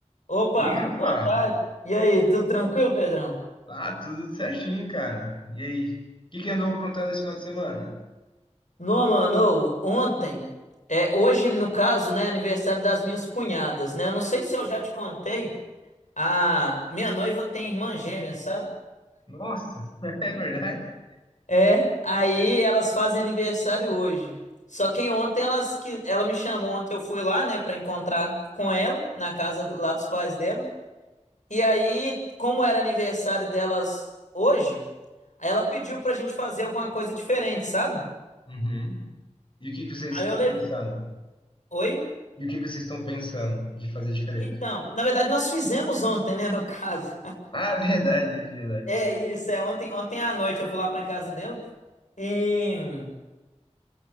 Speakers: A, on the left; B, on the left.
A: Opa,
B: E rapaz,
A: boa tarde. E aí, tudo tranquilo, Pedrão?
B: ah, tudo certinho, cara. E aí? O que que andou aprontando esse final de semana?
A: Não, mano, ô, ontem, é hoje no caso, né, aniversário das minhas cunhadas, né? Eu não sei se eu já te contei, a minha noiva tem irmã gêmea, sabe?
B: Nossa, <laughs> é verdade?
A: <laughs> é, aí elas fazem aniversário hoje. Só que ontem elas que ela me chamou, ontem eu fui lá, né, pra encontrar com ela na casa lá dos pais dela. E aí, como era aniversário delas hoje, aí ela pediu pra gente fazer alguma coisa diferente, sabe?
B: Uhum. E o que que vocês
A: Aí
B: estão
A: eu levei.
B: pensando?
A: Oi?
B: E o que que vocês estão pensando de fazer diferente?
A: Então, na verdade, nós fizemos ontem, né, no caso.
B: Ah, <laughs> verdade, verdade.
A: É isso, é ontem, ontem à noite eu fui lá pra casa dela e